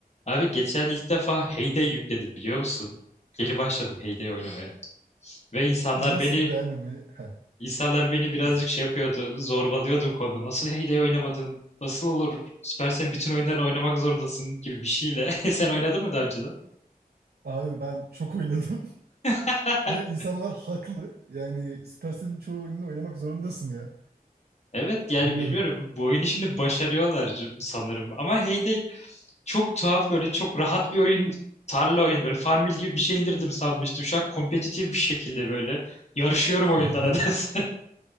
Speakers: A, on the left (about 45°); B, on the right (about 85°).
A: Abi geçen ilk defa Heyday yükledim biliyor musun? Geri başladım Heyday oynamaya. Ve insanlar
B: Nasıl
A: beni
B: yani mi? Heh,
A: insanlar beni birazcık
B: izin.
A: şey yapıyordu. Zorbalıyordu bu konuda. Nasıl Heyday oynamadın? Nasıl olur? Süper sen bütün oyunlarını oynamak zorundasın gibi bir şeyle. <laughs> Sen oynadın mı daha önceden?
B: Abi ben çok oynadım
A: <laughs>
B: <laughs> ve insanlar haklı. Yani Supercell'in çoğu oyununu oynamak zorundasın ya.
A: Evet yani
B: Bilmiyorum.
A: biliyorum bu oyunu şimdi başarıyorlar sanırım. Ama Heyday çok tuhaf böyle çok rahat bir oyun. Tarla oyunu böyle Farmville gibi bir şey indirdim sanmıştım. Şu an kompetitif bir şekilde böyle yarışıyorum
B: <laughs>
A: oyunlara <laughs> nedense.